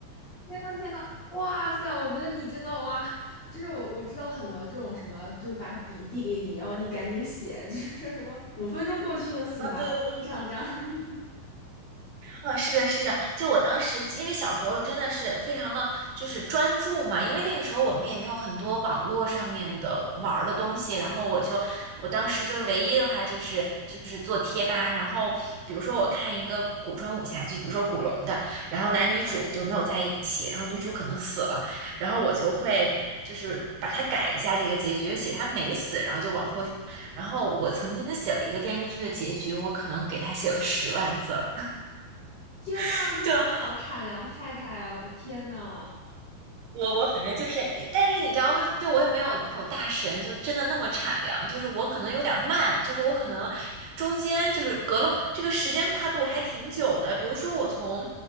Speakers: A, on the left (about 40°); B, on the right (about 65°).
A: 天呐天呐，哇塞！我觉得你真的哇，就是我我知道很多这种什么，就是把笔递给你，然后你赶紧写，就是说什么五分钟过去了，写完了吗？
B: 啊，对对
A: 这样这样。<laughs>
B: 嗯，是的，是的，就我当时，因为小时候真的是非常的，就是专注嘛，因为那个时候我们也没有很多网络上面的玩儿的东西，然后我就，我当时就唯一的话就是就是做贴吧，然后比如说我看一个古装武侠剧，比如说古龙的，然后男女主就没有在一起，然后女主可能死了，然后我就会。就是把它改一下这个结局，写他没死，然后就往后，然后我曾经写了一个电视剧的结局，我可能给他写了十万字儿，
A: 天呐，
B: <laughs>
A: 这古早产粮太太啊，我的天呐！
B: 我我反正就是，但是你知道吗？就我也没有那种大神，就真的那么产粮。就是我可能有点儿慢，就是我可能中间就是隔了这个时间跨度还挺久的。比如说我从，